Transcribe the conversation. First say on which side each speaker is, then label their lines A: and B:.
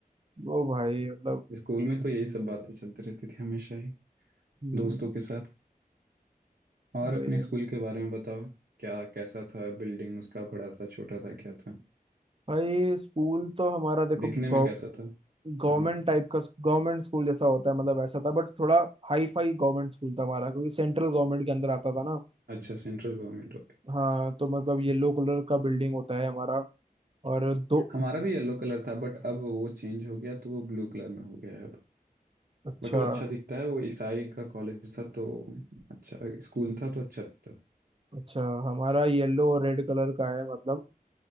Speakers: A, on the right; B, on the right.
A: वो भाई मतलब
B: स्कूल में तो यही सब बातें चलती रहती थी हमेशा ही
A: हम्म,
B: दोस्तों के साथ और
A: वही
B: अपने
A: है।
B: स्कूल के बारे में बताओ क्या कैसा था बिल्डिंग उसका बड़ा था छोटा था क्या था
A: भाई स्कूल तो हमारा देखो
B: दिखने में कैसा था
A: गवर्नमेंट
B: हाँ
A: टाइप का गवर्नमेंट स्कूल जैसा होता है मतलब ऐसा था बट थोड़ा हाई फाई गवर्नमेंट स्कूल था हमारा क्योंकि सेंट्रल गवर्नमेंट के अंदर आता था ना
B: अच्छा सेंट्रल गवर्नमेंट ओके
A: हाँ तो मतलब येलो कलर का बिल्डिंग होता है हमारा और दो
B: हमारा भी येलो कलर था बट अब वो चेंज हो गया तो वो ब्लू कलर में हो गया है अब
A: अच्छा
B: बट वो अच्छा दिखता है वो ईसाई का कॉलेज था तो अच्छा स्कूल था तो अच्छा दिखता था
A: अच्छा हमारा येलो और रेड कलर का है मतलब